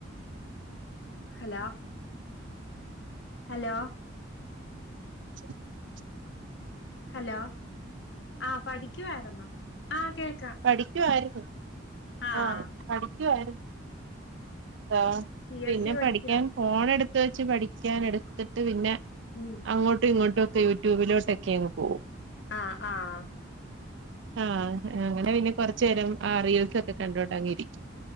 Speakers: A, on the left (about 60°); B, on the right (about 65°).
A: Hello hello.
B: <inaudible>
A: ഹലോ ആഹ് പഠിക്ക്യുവായിര്ന്നോ ആ കേക്കാം.
B: പഠിക്ക്യുവായിര്ന്നു
A: ആഹ്
B: ആഹ പഠിക്ക്യുവായിര് ആഹ്
A: പി
B: പിന്നെ
A: എസ് സി പഠിക്കുവാ
B: പഠിക്ക്യാൻ. ഫോൺ എട്ത്ത് വെച്ച് പഠിക്ക്യാൻ എടുത്ത്ട്ട് പിന്നെ.
A: ഉം.
B: അങ്ങോട്ടും ഇങ്ങോട്ടൊക്കെ യൂട്യൂബിലോട്ടൊക്കെ അങ്ങ് പോകും.
A: ആഹ് ആഹ്.
B: ആഹ് അങ്ങനെ പിന്നെ കൊറച്ചു നേരം ആ റീൽസ് ഒക്കെ കണ്ടോണ്ടങ്ങിരിക്കും.